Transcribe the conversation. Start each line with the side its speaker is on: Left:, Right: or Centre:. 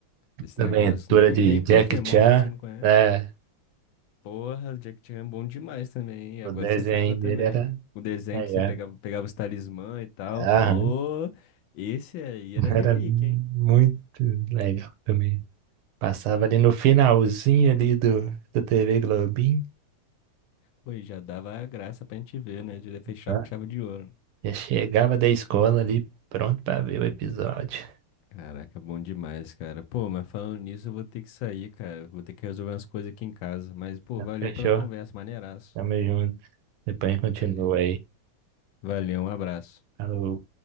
Left: Esse
Right: Aventura
Left: negócio, nem,
Right: de
Left: nem Pokémon
Right: Jack Chan,
Left: tem os que não conhece.
Right: né?
Left: Porra, Jack Chan é bom demais também, hein?
Right: O
Left: Agora
Right: desenho
Left: você puxou
Right: dele
Left: também.
Right: era
Left: hein? O desenho
Right: legal.
Left: que você pegava, pegava os talismã e tal.
Right: Aham,
Left: Pô, esse aí era relíquia,
Right: era muito
Left: hein?
Right: legal também. Passava ali no finalzinho ali do, do TV Globinho.
Left: Pô, e já dava a graça pra gente ver, né? Já fechava
Right: né?
Left: com chave de ouro. né?
Right: Já chegava da escola ali pronto pra ver o episódio.
Left: Caraca, bom demais, cara. Pô, mas falando nisso, eu vou ter que sair, cara. Vou ter que resolver umas coisas aqui em casa. Mas, pô,
Right: Então,
Left: valeu
Right: Fechou?
Left: pela conversa, maneiraço.
Right: Tamo junto. Depois a gente continua
Left: Valeu.
Right: aí.
Left: Valeu, um abraço.
Right: Falou.